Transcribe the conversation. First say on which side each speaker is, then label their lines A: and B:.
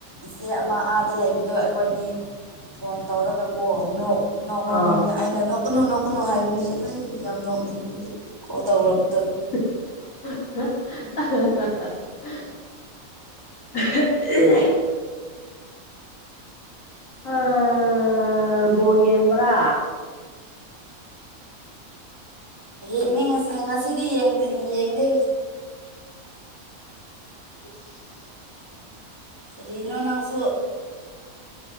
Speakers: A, on the right; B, on the left.
A: ꯏꯆꯦ ꯑꯃ ꯑꯥꯗ ꯂꯩꯕꯗꯣ ꯑꯩꯈꯣꯏꯅꯤ ꯐꯣꯟ ꯇꯧꯔꯒ ꯀꯣ ꯅꯣꯛ ꯅꯣꯛ ꯅꯣꯛ
B: ꯑꯥ
A: ꯅꯣꯛ ꯑꯩꯅ ꯅꯣꯛꯀꯅꯨ ꯅꯣꯛꯀꯅꯨ ꯍꯥꯏꯕꯅꯤ ꯅꯪ ꯌꯥꯝ ꯅꯣꯛꯅꯤꯡꯉꯦ ꯀꯣꯜ ꯇꯧꯔꯛꯄꯗꯣ
B: <unintelligible> <unintelligible> ꯑꯥ ꯕꯣꯜ ꯌꯦꯡꯕ꯭ꯔꯥ
A: ꯌꯦꯡꯅꯤ ꯉꯁꯤ ꯉꯁꯤꯗꯤ ꯌꯦꯡ ꯌꯦꯡꯗꯦ
B: ꯎ <inaudible>
A: ꯀꯔꯤꯅꯣ ꯅꯪꯁꯨ